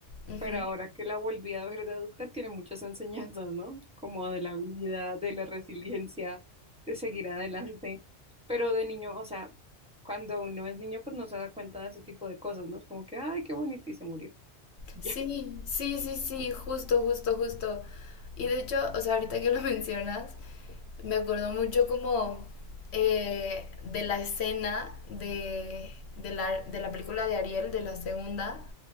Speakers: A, on the left; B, in the centre.
A: ujú.
B: Pero ahora que la volví a ver de adulta, tiene muchas enseñanzas, ¿no? Como de la vida, de la resiliencia, de seguir adelante. Pero de niño, o sea, cuando uno es niño, pues no se da cuenta de ese tipo de cosas, ¿no? Es como que, ay, qué bonito, y se murió. <laughs> Y
A: Sí,
B: Ya,
A: sí, sí, sí, justo, justo, justo. Y de hecho, o sea, ahorita que lo <laughs> mencionas, me acordó mucho como eh, de la escena de, de la, de la película de Ariel, de la segunda,